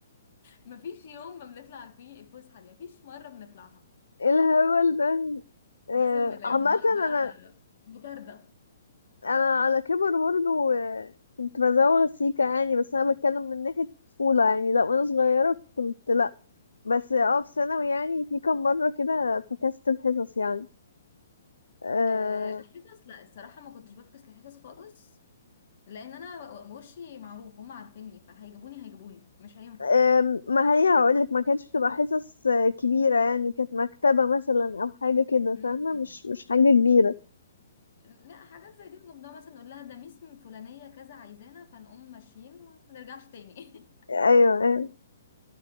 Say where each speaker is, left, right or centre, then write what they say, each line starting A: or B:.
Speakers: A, on the left; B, on the left.
A: مفيش يوم ما بنطلع فيه الفسحه دي مفيش مره بنطلعها
B: ايه الهبل ده آه،
A: اقسم بالله
B: عامة
A: ونقعد بقى
B: أنا
A: مطارده
B: انا على كبر برضه آه، كنت بزوغ سيكا يعني بس انا بتكلم من ناحية الطفولة يعني لا وانا صغيرة كنت لا بس اه في ثانوي يعني في كام مرة كده فكست الحصص يعني آه
A: آه، حصص لا الصراحه ما كنتش بفكس لحصص خالص لان انا و- وشي معروف هم عارفيني فهيجيبوني هيجيبوني مش هينفع
B: آه ما هي هقولك ما كانتش بتبقى حصص آه، كبيرة يعني كانت مكتبة مثلا أو حاجة كده
A: مم.
B: فاهمة مش مش حاجة كبيرة
A: لا حاجات زي دي بنقوم ده مثلا نقول لها ده ميس فلانيه كذا عايزانا فنقوم ماشيين وما نرجعش تاني <laughs>
B: أيوة أيوة